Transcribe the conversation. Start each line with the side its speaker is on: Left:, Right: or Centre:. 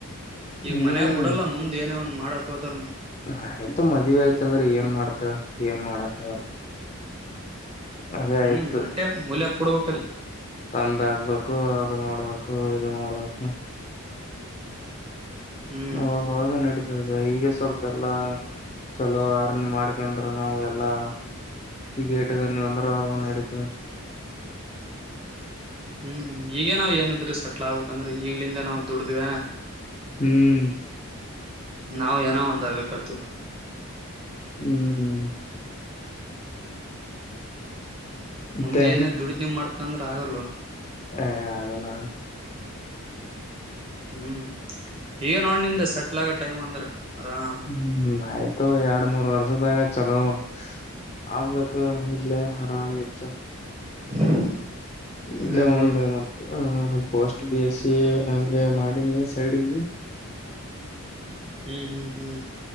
Right: ಈಗ
Left: ಹ್ಮ್
Right: ಮನ್ಯಾಗ ಬಿಡಲ್ಲ ಮುಂದ್ ಏನೇ ಒಂದ್ ಮಾಡಕ್ ಹೋದ್ರೂ
Left: ಆಯ್ತು ಮದ್ವಿ ಆಯ್ತಂದ್ರೆ ಏನ್ ಮಾಡ್ತವ್ ಏನ್ ಮಾಡಕ್ಕ ಅದೇ ಆಯ್ತು
Right: ಹ್ಮ್ ಅಟ್ಟೆ ಮೂಲ್ಯ ಕೊಡ್ಬೇಕಲ್
Left: ಇದ್ ಆಗ್ಬೇಕು ಅದ್ ಮಾಡ್ಬೇ ಕು ಇದು ಮಾಡ್ಬೇಕು.
Right: ಹ್ಮ್
Left: ಅವ್ ವಾಗೆ ನಡೀ ಈಗೆ ಸ್ವಲ್ಪ ಎಲ್ಲಾ ಚಲೋ ಹರ್ನ ಚಲೋ ಮಾಡ್ಕಂದ್ರ ನಾವ್ ಎಲ್ಲಾ ಈಗೆ ಇಟೋಗಿವಿ ಅಂದ್ರ ನಡೀತದ.
Right: ಹ್ಮ್ ಈಗೇ ನಾವ್ ಏನಿದ್ರೂ ಸೆಟ್ಲ್ ಆಗ್ಬೇಕ್ ಅ ಈಗ್ಲಿಂದ ನಾವು ದುಡಿದ್ವ
Left: ಹ್ಮ್
Right: ನಾವ್ ಏನೋ ಒಂದಾಗ್ಬೇಕತ್ತ
Left: ಹ್ಮ್ ಮತ್ತೆ
Right: ಮುಂದೆ ಏನೇ ದುಡಿತ್ನಿ ಮಾಡುತ್ ಆಗಲ್ಲೋ
Left: ಹೇ ಹಾಗಲ್ಲ
Right: ಹ್ಮ್ ಈಗ ನೋಡ್ ನಿಂದ ಸೆಟ್ಲ್ ಆಗ ಟೈಮ್ ಅಂದ್ರ. ಆರಾಮ್
Left: ಹ್ಮ್ ಆಯ್ತು ಎರಡ್ ಮೂರ್ ವರ್ಷದಗ ಚಲೋ <unintelligible> ಆಗ್ಬೇಕು ಇಲ್ಲೆ ಆರಾಮ್ ಇದ್ದು.
Right: <unintelligible> ಹಂಗಂದೆ
Left: ಇಲ್ಲೇ ಒಂದ್ ಮತ್ ಹ ಪೋಸ್ಟ್ ಬೀ ಎಸ್ಸಿ ಹಂಗ ಮಾಡಿನಿ ಸೈಡ್ ಗಿ.
Right: ಹ್ಮ್ ಹ್ಮ್ ಹ್ಮ್